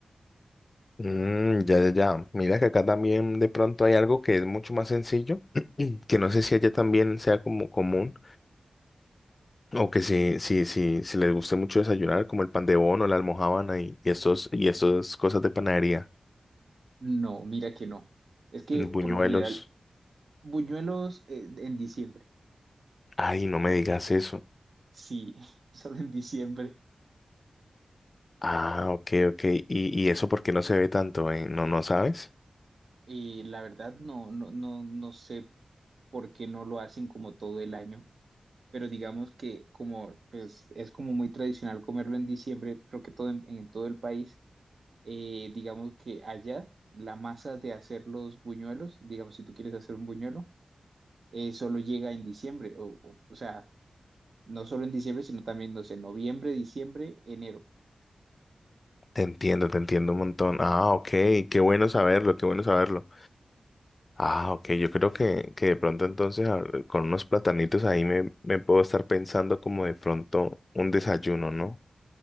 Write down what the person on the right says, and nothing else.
No, mira que no. Es que
por lo general, buñuelos eh, en diciembre.
Sí, <laughs> solo en diciembre.
Eh, la verdad no, no, no, no sé por qué no lo hacen como todo el año, pero digamos que como pues, es como muy tradicional comerlo en diciembre, creo que todo en en todo el país. eh, digamos que allá la masa de hacer los buñuelos, digamos si tú quieres hacer un buñuelo, eh, solo llega en diciembre, o, o, o sea, no solo en diciembre, sino también, no sé, noviembre, diciembre, enero.